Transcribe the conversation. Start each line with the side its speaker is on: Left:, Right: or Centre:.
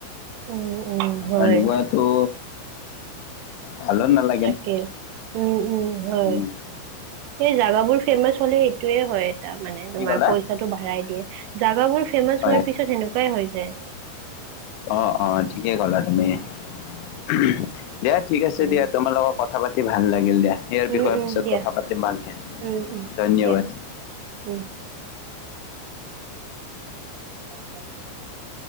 Right: উম উম হয়
Left: সেনেকুৱাটো ভালো নালা
Right: তাকে উম উম হয়।
Left: উম,
Right: সেই জাগাবোৰ ফেমাচ হ'লে এইটোয়ে হয়। তামানে তোমাৰ
Left: কি ক'লা
Right: পইচাটো ভাৰাই দিয়ে। জাগাবোৰ ফেমাচ
Left: হয়
Right: হোৱাৰ পিছত সেনেকুৱাই হৈ যায়।
Left: অ অ ঠিকে ক'লা তুমি, উমহ দিয়া ঠিক আছে
Right: উম।
Left: দিয়া তোমাৰ লগত কথা কথা পাতি ভাল লাগিল দিয়া। ইয়াৰ
Right: উম
Left: বিষয়ে
Right: উম
Left: পিছত
Right: দিয়া
Left: কথা পাতিম ভালকে,
Right: উম উম
Left: ধন্যবাদ।
Right: দিয়া উম। অ <unintelligible>